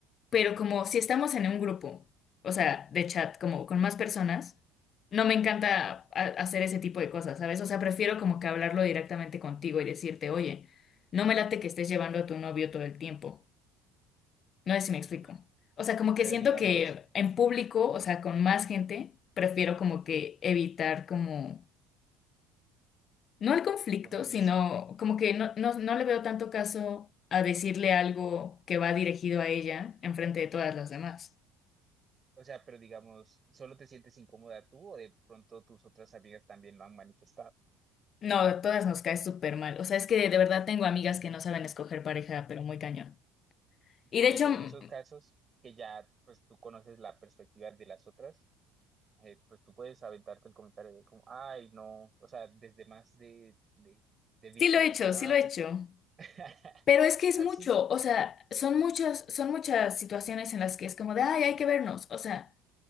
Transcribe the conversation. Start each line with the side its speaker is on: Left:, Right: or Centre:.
Left: Pero como si estamos en un grupo, o sea, de chat, como con más personas, no me encanta a- hacer ese tipo de cosas, ¿sabes? O sea, prefiero como que hablarlo directamente contigo y decirte, oye, no me late que estés llevando a tu novio todo el tiempo. No sé si me
Right: ok.
Left: explico. O sea, como que
Right: Pero
Left: siento
Right: digamos,
Left: que en público, o sea, con más gente, prefiero como que evitar como no al conflicto,
Right: como dis,
Left: sino como que no, no, no le veo tanto caso a decirle algo que va dirigido a ella en frente de todas las demás.
Right: o sea, pero digamos, ¿solo te sientes incómoda tú o de pronto tus otras amigas también lo han manifestado?
Left: No, a todas nos cae súper mal. O sea, es que de verdad
Right: Eh,
Left: tengo amigas que no saben escoger pareja, pero muy cañón. Y
Right: por
Left: de hecho,
Right: eso,
Left: mm,
Right: en esos casos que ya, pues tú conoces la perspectiva de las otras, eh, pues tú puedes aventarte el comentario de como, ay, no, o sea, desde más de, de, de víctima,
Left: sí lo he hecho,
Right: como,
Left: sí
Right: ah,
Left: lo he
Right: pues,
Left: hecho.
Right: <laughs>
Left: Pero es que es
Right: así.
Left: mucho, o sea, son muchas, son muchas situaciones en las que es como de, ay, hay que vernos. O sea,